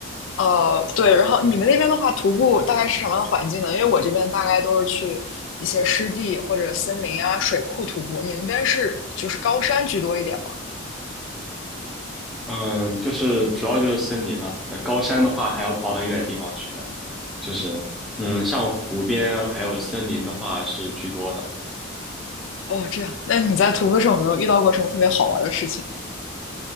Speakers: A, on the left; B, in the centre.
A: 呃，对，然后你们那边的话，徒步大概是什么样的环境呢？因为我这边大概都是去一些湿地或者森林啊、水库徒步，你们那边是就是高山居多一点吗？
B: 嗯、就是主要就是森林了，那高山的话还要跑很远的地方去呢。就是嗯，像湖边还有森林的话是居多的。
A: 哦，这样，那你在徒步的时候有没有遇到过什么特别好玩的事情？